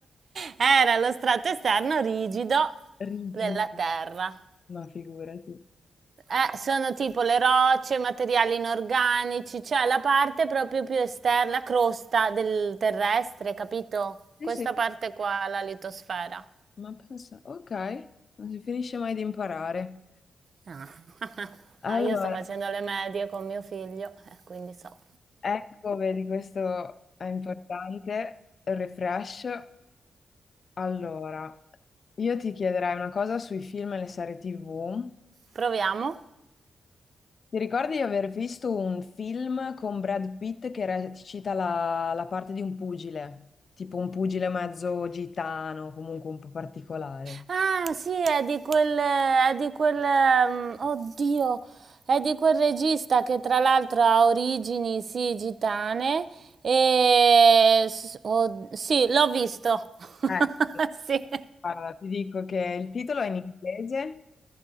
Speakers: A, on the right; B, on the left.
A: Era lo strato esterno rigido
B: Rigido,
A: della terra.
B: ma figurati.
A: Eh, sono tipo le rocce, materiali inorganici, cioè la parte proprio più esterna, la crosta del terrestre, capito?
B: Sì,
A: Questa
B: sì,
A: parte qua, la litosfera.
B: ma pensa, ok, non si finisce mai di imparare.
A: Ah. <laughs>
B: Allora,
A: Ah, io sto facendo le medie con mio figlio, eh, quindi so.
B: Ecco, vedi, questo è importante. Refresh. Allora, io ti chiederei una cosa sui film e le serie TV.
A: <laughs> Proviamo.
B: Ti ricordi di aver visto un film con Brad Pitt che recita la, la parte di un pugile? Tipo un pugile mezzo gitano, comunque un po' particolare.
A: Ah, sì, è di quel, è di quel, ehm, oddio, è di quel regista che tra l'altro ha origini, sì, gitane e s- od- sì, l'ho visto. <laughs>
B: Ecco,
A: Sì.
B: Guarda, ti dico che il titolo è in inglese.